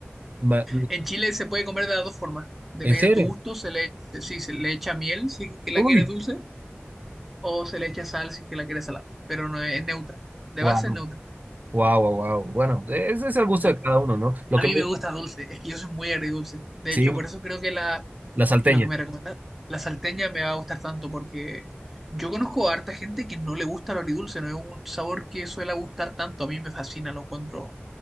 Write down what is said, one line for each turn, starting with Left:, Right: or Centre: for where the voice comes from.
Right: ma-
Centre: En Chile se puede comer de las dos formas, dependiendo
Right: ¿en serio?
Centre: de tu gusto, se le, se- sí, se le echa miel si que la
Right: Uy,
Centre: quieres dulce, o se le echa sal si que la quieres salada, pero no es, es neutra, de
Right: wow,
Centre: base es neutra.
Right: wow, wow, wow. Bueno, ese es el gusto
Centre: A,
Right: de cada uno, ¿no? Lo
Centre: a
Right: que
Centre: mí
Right: me-
Centre: me gusta dulce, es que yo soy muy agridulce, de
Right: sí,
Centre: hecho, por eso creo que la,
Right: la salteña.
Centre: que lo que me recomienda la salteña me va a gustar tanto, porque yo conozco a harta gente que no le gusta lo agridulce, no es un sabor que suele gustar tanto, a mí me fascina, lo encuentro